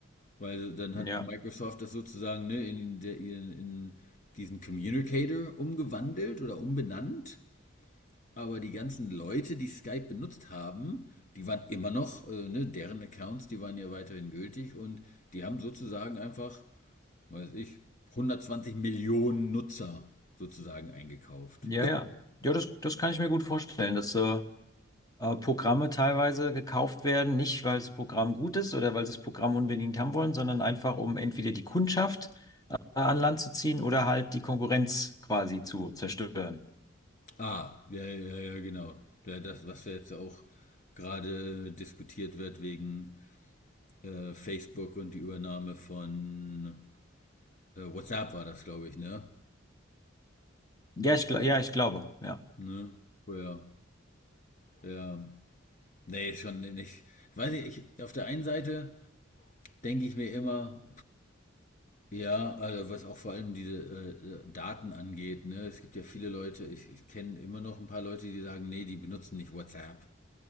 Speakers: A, on the left (about 40°); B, on the left (about 20°).
A: Weil dann
B: Ja,
A: hat Microsoft das sozusagen ne, in, der, in, in diesen Communicator umgewandelt oder umbenannt. Aber die ganzen Leute, die Skype benutzt haben, die waren immer noch, äh, ne, deren Accounts, die waren ja weiterhin gültig und die haben sozusagen einfach weiß ich, 120 Millionen Nutzer sozusagen eingekauft.
B: ja, ja. Ja, das, das kann ich mir gut vorstellen, dass äh, äh, Programme teilweise gekauft werden, nicht weil das Programm gut ist oder weil sie das Programm unbedingt haben wollen, sondern einfach um entweder die Kundschaft an Land zu ziehen oder halt die Konkurrenz quasi zu zerstören.
A: Ah, ja, ja, ja, genau. Ja, das, was jetzt auch gerade diskutiert wird wegen äh, Facebook und die Übernahme von äh, WhatsApp war das, glaube ich, ne?
B: Ja, ich, gl- ja, ich glaube, ja,
A: Ne? Oh, Ja, ja. Nee, schon nicht. Weiß ich, ich, auf der einen Seite denke ich mir immer, Ja, also was auch vor allem diese äh, Daten angeht, ne? Es gibt ja viele Leute, ich, ich kenne immer noch ein paar Leute, die sagen, nee, die benutzen nicht WhatsApp.